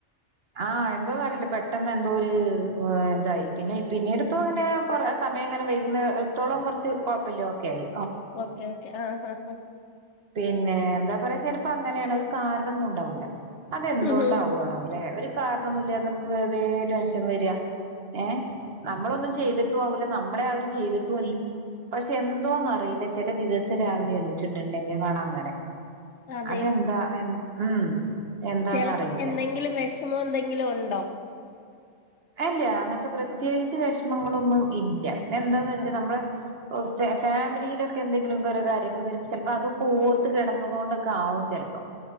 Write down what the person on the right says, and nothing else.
ആ എന്തോന്നും അറിയില്ല പെട്ടെന്ന് എന്തോ ഒരു ഇതായി പിന്നെ പിന്നീടിപ്പോ ഇങ്ങനെ കൊറ സമയം ഇങ്ങനെ വൈകുന്നടത്തോളം കൊറച്ച് കൊഴപ്പല്ല ഒക്കെ ആയി
പിന്നെ എന്താ പറയാ ചെലപ്പൊ അങ്ങനാണ് ഒരു കാരണോന്നും ഉണ്ടാവൂല അതെന്തുകൊണ്ടാവാണോവോലേ
ഒരു കാരണന്നുല്ലാതെ നമുക്ക് വെറതേ ടെൻഷൻ വര ഏ നമ്മളൊന്നും ചെയ്തിട്ടും ആവൂല നമ്മളെ ആരും ചെയ്തിട്ടും അല്ല പക്ഷെ എന്തോന്ന് അറിയില്ല ചെല ദിവസം രാവിലെ എണീറ്റ്ണ്ടെങ്കി കാണാം അങ്ങനെ
അതെന്താ എ ഉം എന്താന്നറിയില്ല
അല്ല അങ്ങനത്തെ പ്രത്യേകിച്ച് വെഷമങ്ങളൊന്നും ഇല്ല പിന്നെ എന്താന്ന് വെച്ചാ
നമ്മള് ഓ ഫാ ഫാമിലിയിലൊക്കെ എന്തെങ്കിലൊക്കൊരു കാര്യങ്ങൾ വരും ചെലപ്പോ അതൊക്കെ ഓർത്ത് കെടന്നതൊണ്ടൊക്ക ആവും ചെലപ്പോ